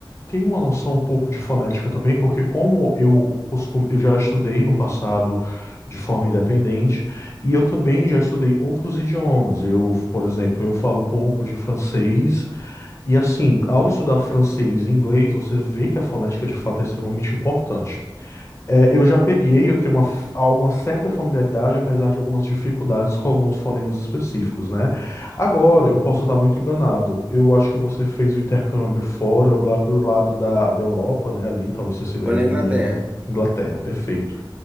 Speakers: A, on the left; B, on the right.
A: tenho uma noção um pouco de fonética também, porque como eu costumo, eu já estudei no passado de forma independente, e eu também já estudei outros idiomas. Eu, por exemplo, eu falo um pouco de francês, e assim, ao estudar francês e inglês, você vê que a fonética de fato é extremamente importante. É, eu já peguei, eu tenho uma, f- alguma certa familiaridade, apesar de algumas dificuldades com alguns fonemas específicos, né? Agora, eu posso estar muito enganado. Eu acho que você fez o intercâmbio fora, lá pelo lado da, da Europa, né? Ali, talvez tenha sido
B: Foi
A: o Reino
B: na Inglaterra.
A: Unido, Inglaterra, perfeito.